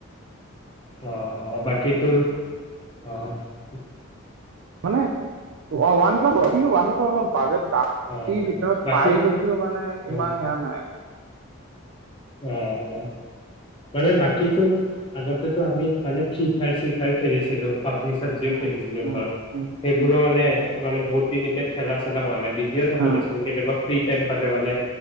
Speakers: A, on the left; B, on the right.
A: অ', অ', বাকী তোৰ অ'।
B: মানেওৱান প্লাছ হয় কিন্তু ওৱান প্লাছ বাজে ৰাতিৰ
A: অ অ
B: ভিতৰত
A: বাকী
B: পাই
A: তোৰ
B: যদিও মানে
A: অ
B: ইমান সেয়া নাই।
A: উম, উম, মানে বাকীটো আগতেতো আমি মানে ফ্ৰী ফায়াৰ, চি ফায়াৰ খেলিছিলো। পাবজি চাবজিও
B: উম
A: খেলিছিলোঁ
B: উম
A: ঘৰত
B: উম
A: সেইবোৰো
B: উম
A: মানে মানে বহুত তিনি এয়া খেলা চেলা হোৱা নাই বি লিঅ থাকো
B: উম
A: দেচোন কেতিয়াবা ফ্ৰী টাইম পালে মানে